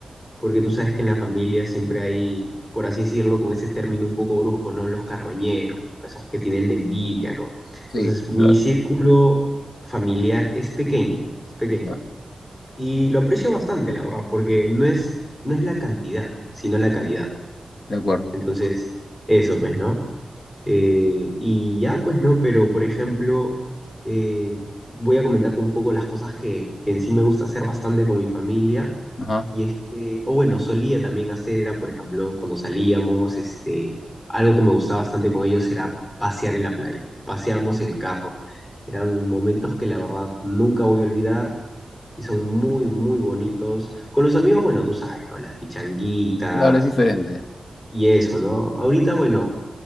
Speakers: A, on the left; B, on the left.
A: porque tú sabes que en la familia siempre hay, por así decirlo, con ese término un poco brusco, ¿no? Los carroñeros, ¿no? Esos que tienen la envidia, ¿no?
B: sí,
A: Entonces, mi
B: claro.
A: círculo familiar es pequeño, es pequeño.
B: Ya,
A: Y lo aprecio bastante, la verdad, porque no es, no es la cantidad, sino la calidad.
B: de acuerdo.
A: Entonces, eso, pues, ¿no? Eh, y ya, pues, ¿no? Pero, por ejemplo, eh, voy a comentarte un poco las cosas que, que en sí me gusta hacer bastante con mi familia.
B: Ajá.
A: Y es que, o bueno, solía también hacer, era por ejemplo, cuando salíamos, este, algo que me gustaba bastante con ellos era pasear en la playa. Paseábamos en el carro. Eran momentos que la verdad nunca voy a olvidar y son muy, muy bonitos. Con los amigos, bueno, tú sabes, ¿no? Las pichanguitas
B: Claro, es diferente.
A: y eso, ¿no? Ahorita, bueno,